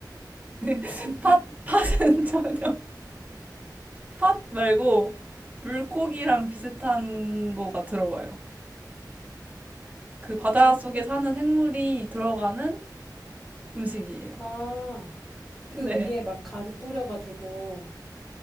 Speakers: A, on the right; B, in the centre.
A: <laughs>
B: 아닌가요?
A: 팥
B: <laughs>
A: 팥은 <laughs> 전혀 팥 말고 물고기랑 비슷한 거가 들어가요. 그 바닷속에
B: 물고기.
A: 사는 생물이 들어가는 음식이에요.
B: 아,
A: 네.
B: 그 위에 막 가루 뿌려가지고,